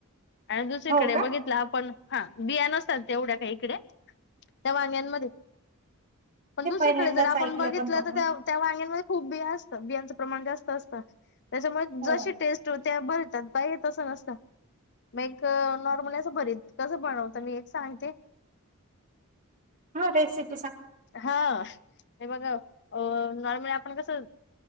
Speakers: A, on the left; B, on the right.
A: आणि दुसरीकडे
B: हो का
A: बघितलं आपण हा बिया नसतात तेवढ्या काही इकडे त्या वांग्यांमध्ये पण
B: ते
A: दुसरीकडे
B: पहिल्यांदाच
A: जर आपण
B: ऐकलं
A: बघितलं
B: पण मग
A: तर
B: मी.
A: त्या त्या वांग्यामंधे खूप बिया असतात बियांचं प्रमाण जास्त असतं त्याच्यामुळे
B: हो
A: जशी टेस्ट होत्या बरतात बाई तसं नसत म एक नॉर्मली असं भरीत कसं बनवते मी एक सांगते
B: हा रेसिप
A: हा हे बग अ नॉर्मली आपण कसं